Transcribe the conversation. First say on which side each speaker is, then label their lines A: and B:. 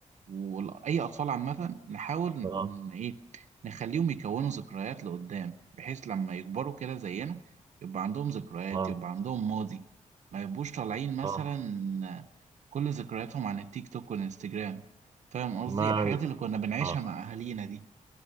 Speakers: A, on the right; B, on the right.
A: واي اطفال عامه نحاول
B: آه
A: ان ايه نخليهم يكونوا ذكريات لقدام بحيث لما يكبروا كده زينا يبقى عندهم ذكريات
B: آه
A: يبقى عندهم ماضي ما يبقوش طالعين مثلا
B: آه
A: كل ذكرياتهم عن التيك توك والانستجرام فاهم قصدي
B: ما
A: الحاجات اللي كنا بنعيشها
B: آه
A: مع اهالينا دي